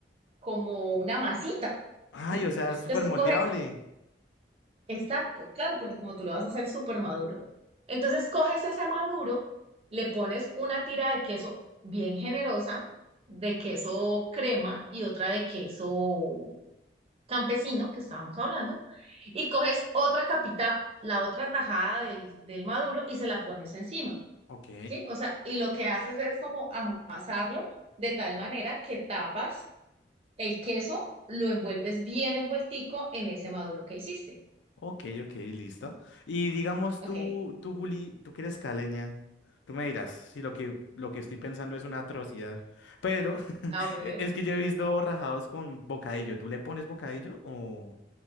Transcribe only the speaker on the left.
Ay,
o sea, es
súper
moldeable.
Ok.
Ok, ok, listo. Y digamos
tú, tú, Juli, tú que eres caleña, tú me dirás si lo que, lo que estoy pensando es una atrocidad, pero <laughs>
e- es que yo he visto borrajados con bocadillo. ¿Tú le pones bocadillo o,